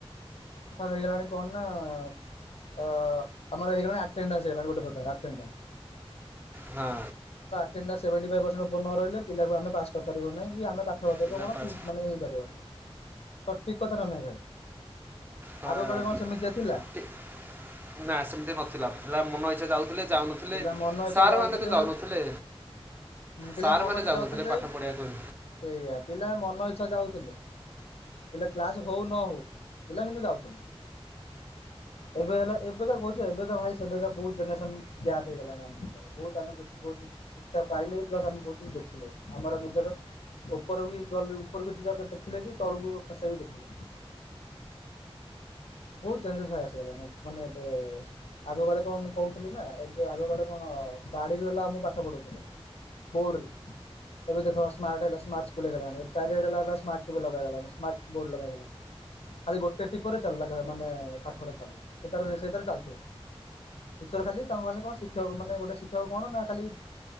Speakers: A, on the left; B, on the right.
A: ହେଇଗଲା କଣମଇଟେ
B: ହଁ
A: ଏ ସେଭେଣ୍ଟିାଇଭ ପରସେଣ୍୍ ଉପ ନ ରହିଲ ପିଲାକୁ ଆେ ପାସ୍ କରିପାରିବ ନାହି କି ଆମେ ତ
B: ବିନା
A: କଣ
B: ପାଠ
A: ମାନେ ହେଇପାରିବନ। ସଠିକ କଥା ନ ନାଇଁ ଭାଇ
B: ହଁ
A: ଆଗ କଳେ କଣ ସେମିତିଆ ଥିଲା।
B: ଟି- ନା ସେମିତି ନଥିଲା ପିଲା ମନ ଇଛା ଯାଉଥିଲେ। ଯାଉନଥିଲେ
A: ପିଲା ମନ ଇ୍ଛା
B: ସାର୍ମାନେ
A: ଯାଉଥିଲେ
B: ତ ଯାଉନଥିଲେ
A: ପିଲା
B: ସାର୍ମାନେ
A: ମନ ଇଛା
B: ଯାଉନଥିଲେ
A: ଯାଉଥିଲେ
B: ପାଠ ପଢ଼ିବାକୁ
A: ସେଇଆ ପିଲା ମନ ଇଚ୍ଛା । ଯାଉଥିଲେ। କ୍ଲାସ ହଉ ନ ହଉ ପିଲା କିନ୍ତୁ ଯାଉଛନ୍ତି ଏବେ ହେଲା ଏବେକା କହୁଛ ଏବେକା ଭାଇ ସେବେକା ବହୁତ ଜେନେରେସନ ଗ୍ୟାପ ହେଇଗଲାଣି ଆମ ପାଖରେ ବହୁତ ଆମେ ବହୁତ କିଛି ଶିକ୍ଷା ପାଇଲେ ବି ପ୍ଲସ ଆମେ ବହୁତ କିଛି ଦେଖିଲେ ବି ଆମର ନିଜର ଉପରକୁ ଗଲେ ଉପରକୁ ଯିବାକୁ ଦେଖିଲେ ବି ତଳକୁ ଖସେଇକି ଦେଖିଲୁ ବହୁତ ଚେଞ୍ଜେସ୍ ହୋଇ ଆସିଗଲାଣି ମାନେ ଏବେ ଆଗକାଳେ କଣ କହୁଥିଲୁ ନା ଏବେ ଆଗକାଳେ କଣ ବାଡ଼ିରୁ ହେଲା ମୁ ପାଠ ପଢୁଥିଲ ବୋର୍ଡରେ ଏବେ ଦେଖ ସ୍ମାର୍ଟ ହେଲା ସ୍ମାର୍ଟ ସ୍କୁଲ ହେଗଲାଣି ଏ ଚାରିଆଡେ ହେଲା ସ୍ମାର୍ଟ ଟିଭି ଲଗଲା। ଖାଲି ଗୋଟେ ଟିପିଲାନେ ପାଠା ଚାଲିଲା ସେଷେଇରେ ଚାଥିବର ଖାଲି ତା ଖା କଣ ଶିକ୍ଷକ ମାନେ ଗୋଟେ ଶିକ୍ଷକ କଣ ନା ଖା କରି